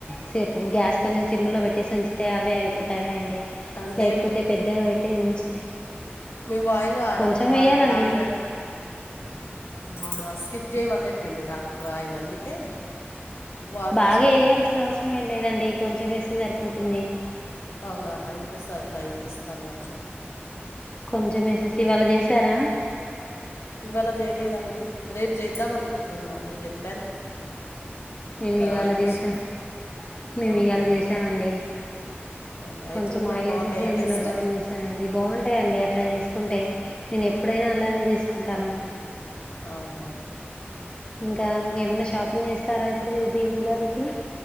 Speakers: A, on the left (about 25°); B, on the left (about 80°).
A: సే గ్యాస్ కొంచెం సిమ్ లో పెట్టేసి ఉంచితే అవే అయిపోతానా అండి
B: అంటే
A: లేకపోతే పెద్దగ పెట్టీ ఉంచితే
B: మేం వాయిల్ అడం
A: కొంచెం
B: వాయిల్
A: వేయాలండి
B: అయల్ నూనే రాస్ స్కిప్ చేయమని చెప్పిండు డాక్టర ఆయిల్ అందుకే వాటర్
A: బాగా
B: వేసి ఉడకబెడతాం
A: ఎయాల్సిన అవసరం ఏం లేదండి కొంచెం వేస్తే సరిపోతుంది
B: అవునా ఇంకోసారి ట్రై చేస్తాండి అట్లా
A: కొంచెం ఎసెసి ఇవాళ చేసారా
B: ఇవాళ చేయలేదండి రేపు చేద్దాం అనుకుంటున్నా మీరు చెప్
A: మేము ఇవాళ
B: ఆయిల్ వేసి
A: చేసాం, మేము
B: అవునా
A: ఇవాళ చేసామండి
B: అవునా
A: కొంచం
B: ఎట్లున్నాయి
A: ఆయిల్
B: బాగున్నాయా
A: ఎసేసి అందులో
B: టేస్ట్
A: బాయిల్ చేసానండి బాగుంటాయండి అట్లా చేసుకుంటే నేను ఎప్పుడైనా అలనే జేసుకుంటానా
B: ఔన్
A: ఇంకా ఏమైనా షాపింగ్ చేస్తారా ఇప్పుడీది ఉగాదికి